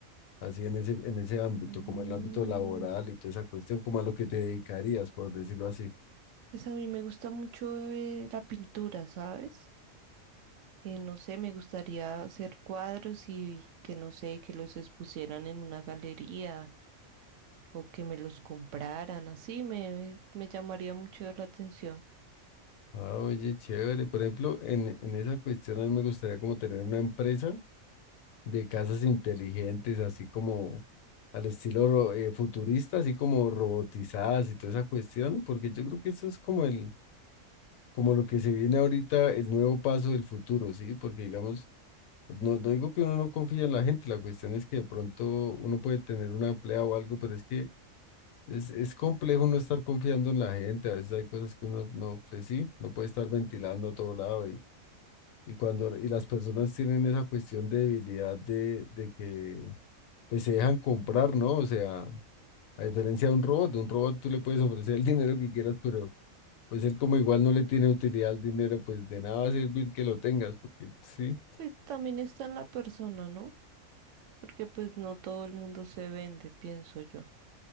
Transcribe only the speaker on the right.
mm,
pues a mí me gusta mucho eh, la pintura, ¿sabes? Eh, no sé, me gustaría hacer cuadros y que no sé, que los expusieran en una galería o que me los compraran, así me, me llamaría mucho la atención.
Pues también está en la persona, ¿no? Porque pues no todo el mundo se vende, pienso yo.